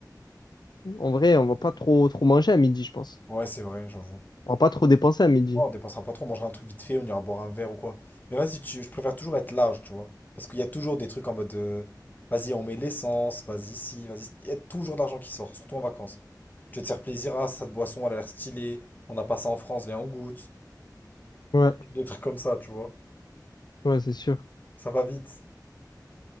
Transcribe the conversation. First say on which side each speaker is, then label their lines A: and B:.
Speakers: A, on the left; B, on the left.
A: en vrai, on va pas trop, trop manger à midi, je pense.
B: Ouais, c'est vrai, j'avoue.
A: On va pas trop dépenser à midi.
B: Ouais, on dépensera pas trop, on mangera un truc vite fait, on ira boire un verre ou quoi. Mais vas-y, tu- je préfère toujours être large, tu vois. Parce qu'il y a toujours des trucs en mode euh, vas-y, on met l'essence, vas-y, si, vas-y. si. Il y a toujours d'argent qui sort, surtout en vacances. Tu veux te faire plaisir, ah, cette boisson, elle a l'air stylée, on n'a pas ça en France, viens, on goûte.
A: Ouais,
B: Des trucs comme ça, tu vois.
A: ouais, c'est sûr.
B: Ça va vite.